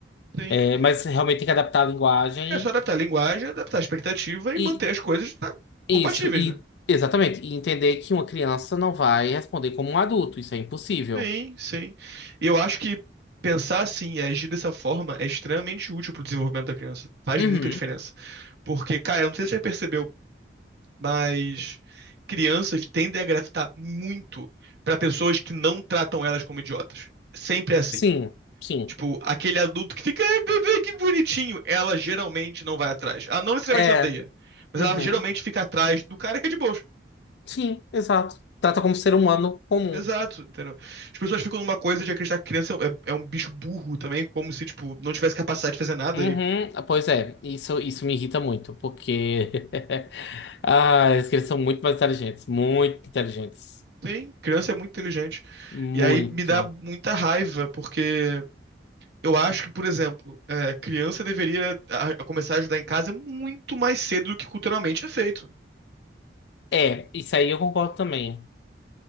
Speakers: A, on the right; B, on the left.
A: tem.
B: É, mas realmente tem que adaptar a linguagem
A: É só adaptar a linguagem, adaptar a expectativa e
B: e
A: manter as coisas tá,
B: isso,
A: compatíveis,
B: e
A: né?
B: exatamente, e entender que uma criança não vai responder como um adulto, isso é impossível.
A: Sim, sim. E eu acho que pensar assim e agir dessa forma é extremamente útil pro desenvolvimento da criança. Faz
B: Uhum.
A: muita diferença. Porque, cara, eu não sei se você já percebeu, mas crianças tendem a gravitar muito pra pessoas que não tratam elas como idiotas. Sempre é assim.
B: Sim, sim.
A: Tipo, aquele adulto que fica, ai, bebê, que bonitinho. Ela geralmente não vai atrás. Ela não necessariamente
B: É,
A: odeia, mas
B: uhum.
A: ela geralmente fica atrás do cara que é de boa.
B: Sim, exato. Trata como ser humano comum.
A: Exato, entendeu? As pessoas ficam numa coisa de acreditar que criança é, é um bicho burro também, como se, tipo, não tivesse capacidade de fazer nada.
B: Uhum,
A: E
B: Ah, pois é, isso, isso me irrita muito, porque <laughs> ah, eles são muito mais inteligentes, muito inteligentes.
A: tem, criança é muito inteligente.
B: Muito.
A: E aí me dá muita raiva, porque eu acho que, por exemplo, é, criança deveria a- a começar a ajudar em casa muito mais cedo do que culturalmente é feito.
B: É, isso aí eu concordo também.